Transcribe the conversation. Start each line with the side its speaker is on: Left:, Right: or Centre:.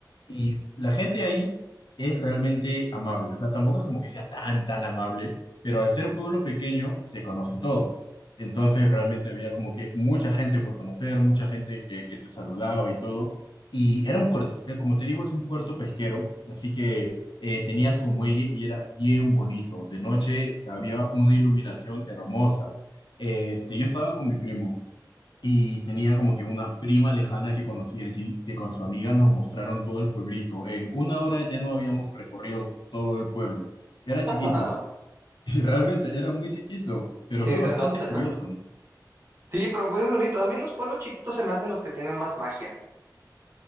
Left: Y la gente ahí es realmente amable, o sea, tampoco es como que sea tan, tan amable, pero al ser pueblo pequeño se conocen todos. Entonces realmente había como que mucha gente por conocer, mucha gente que, que te saludaba y todo. Y era un puerto, eh, como te digo, es un puerto pesquero, así que eh, tenía su muelle y era bien bonito. De noche había una iluminación hermosa. Este, yo estaba con mi primo. Y tenía como que una prima lejana que conocí allí, que con su amiga nos mostraron todo el pueblito. En una hora ya no habíamos recorrido todo el pueblo. Era chiquito,
Right: <laughs>
Left: <laughs> y realmente era muy chiquito, pero
Right: Sí,
Left: fue bastante
Right: se nota.
Left: curioso, ¿no?
Right: Sí, pero muy bonito. A mí los pueblos chiquitos se me hacen los que tienen más magia.